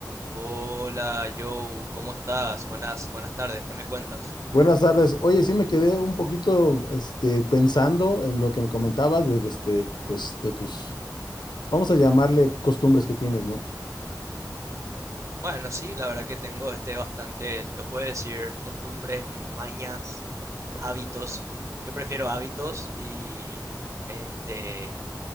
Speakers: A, on the right; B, on the left.
A: Hola, Joe, ¿cómo estás? Buenas, buenas tardes, ¿qué me cuentas?
B: Buenas tardes. Oye, sí me quedé un poquito, este, pensando en lo que me comentabas de, de este, pues, de tus, vamos a llamarle costumbres que tienes, ¿no?
A: Bueno, sí, la verdad que tengo este bastante, los puedo decir, costumbres, mañas, hábitos. Yo prefiero hábitos y este